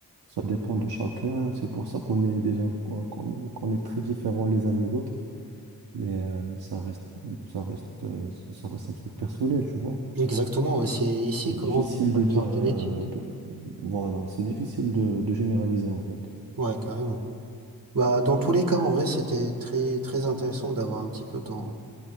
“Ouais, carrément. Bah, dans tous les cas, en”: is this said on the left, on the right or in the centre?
Right